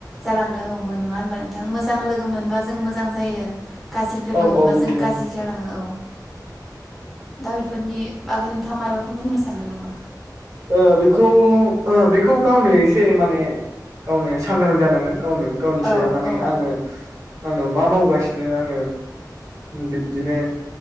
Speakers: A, in the centre; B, on the right.
A: जालांनो हमो नङा होनबा नोंथां। मोजां लोगो मोनबा जों मोजां जायो। गाज्रि लोगो
B: औ
A: मोनबा
B: औ बिदिनो
A: जों गाज्रि जालाङो औ। दा बेफोरनि बागै नोंथाङा मायबाफोर बुंनो सानगोन नामा?
B: ओ बेखौ ओ बेखौ गावनो एसे माने गावनो सांग्रां जानांगोन। गावनो गावनि सायाव
A: औ
B: माने
A: औ
B: आङो आङो मा मावगासिनो आङो बिदिनो